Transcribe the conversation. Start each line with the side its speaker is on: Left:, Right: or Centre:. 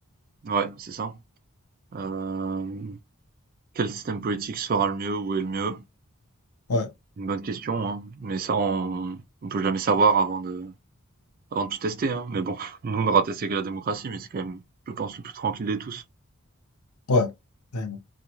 Right: Ouais, c'est ça. Hem, quel système politique sera le mieux? Où est le mieux?
Left: Ouais,
Right: Une bonne question, hein, mais ça on on peut jamais savoir avant de avant de tout tester, hein, mais bon, <laughs> nous on aura testé que la démocratie, mais c'est quand même, je pense, le plus tranquille de tous.
Left: ouais. ouais.